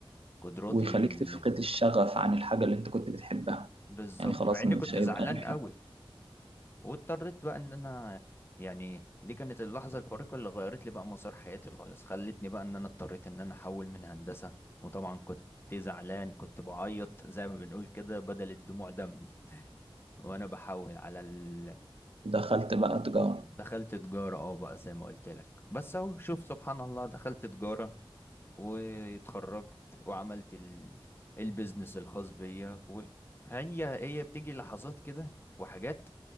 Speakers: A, on the left; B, on the right.
A: قدراتي
B: ويخليك
A: ال...
B: تفقد الشغف عن الحاجه اللي انت كنت بتحبها
A: بالظبط
B: يعني خلاص
A: مع اني
B: مش
A: كنت
B: هيبقى
A: زعلان
B: لك
A: قوي واضطريت بقى ان انا يعني دي كانت اللحظة الفارقة اللي غيرت لي بقى مسار حياتي خالص خلتني بقى ان انا اضطريت ان انا احول من هندسة وطبعا كنت زعلان كنت بعيط زي ما بنقول كده بدل الدموع دم <laughs> وانا بحول على ال...
B: دخلت بقى تجاره
A: دخلت تجارة اه بقى زي ما قلت لك بس اهو شوف سبحان الله دخلت تجارة واتخرجت وعملت ال... البيزنس الخاص بيا وهي هي بتيجي لحظات كده وحاجات